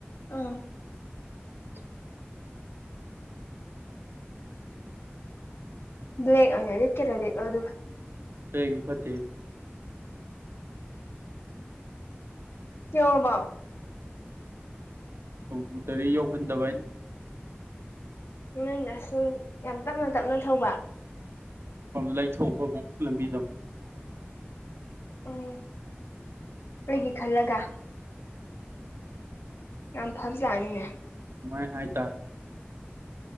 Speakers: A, on the left (about 70°); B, on the right (about 70°).
A: ꯑꯥ
B: ꯎꯝ
A: ꯕ꯭ꯂꯦꯛ ꯑꯣꯏꯅ ꯂꯤꯠꯀꯦ ꯂꯤꯠꯂꯣ ꯑꯗꯨꯒ
B: ꯀꯩꯒꯤ ꯐꯠꯇꯦꯍꯦ
A: ꯌꯧꯔꯕꯣ
B: ꯌꯧꯗꯔꯤ ꯌꯧꯍꯟꯗꯕ ꯑꯩꯅ
A: ꯅꯪꯅ ꯑꯁꯤ ꯌꯥꯝ ꯇꯞꯅ ꯇꯞꯅ ꯊꯧꯕ
B: ꯂꯩꯊꯣꯛꯄ ꯂꯝꯕꯤꯗꯣ
A: ꯑꯣ ꯑꯩꯒꯤ ꯈꯜꯂꯒ ꯌꯥꯝ ꯐꯕꯖꯥꯠꯅꯤꯅꯦ
B: ꯑꯗꯨꯃꯥꯏ ꯍꯥꯏꯇꯥꯔꯦ